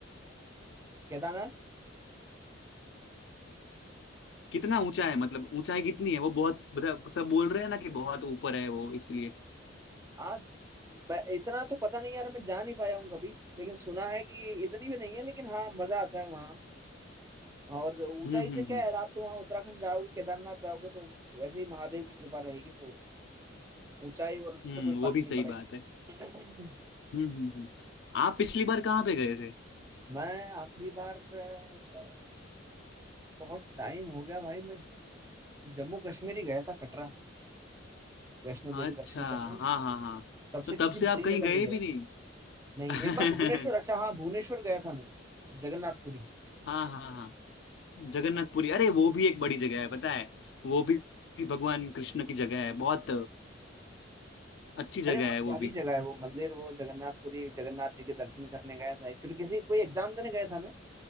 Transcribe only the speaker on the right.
केदारनाथ
आज मैं इतना तो पता नहीं यार मैं जा नहीं पाया हूँ कभी लेकिन सुना है कि इतनी भी नहीं है लेकिन हाँ मजा आता है वहाँ और ऊंचाई
से क्या
है आप तो वहाँ उत्तराखंड जाओगे केदारनाथ जाओगे तो वैसे ही महादेव की कृपा रहेगी तो ऊंचाई और उससे
कोई फर्क
नहीं
पड़ेगा
<coughs> <clears throat>
मैं आखिरी बार अ, बहुत टाइम हो गया भाई मैं जम्मू कश्मीर ही गया था कटरा वैष्णो देवी
दर्शन करने
तब से
किसी
बड़ी
जगह
नहीं गया
नहीं एक बार भुवनेश्वर अच्छा
हाँ भुवनेश्वर गया था मैं जगन्नाथपुरी
अरे
बहुत
प्यारी
जगह है वो मंदिर वो जगन्नाथपुरी जगन्नाथ जी के दर्शन करने गया था एक्चुअली किसी कोई एग्जाम देने गया था मैं